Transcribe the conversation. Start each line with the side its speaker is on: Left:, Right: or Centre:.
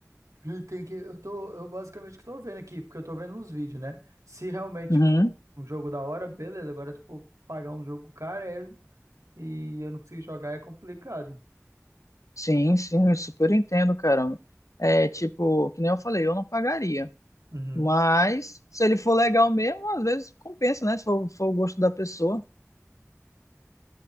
Right: ele tem que, eu tô, eu basicamente que tô vendo aqui, porque eu tô vendo uns vídeos, né? Se realmente
Left: Uhum.
Right: for um jogo da hora, beleza. Agora, se for pagar um jogo caro é- e eu não consigo jogar, é complicado.
Left: Sim, sim, eu super entendo, cara. É tipo, que nem eu falei, eu não pagaria.
Right: Uhum.
Left: Mas se ele for legal mesmo, às vezes compensa, né? Se for, for o gosto da pessoa.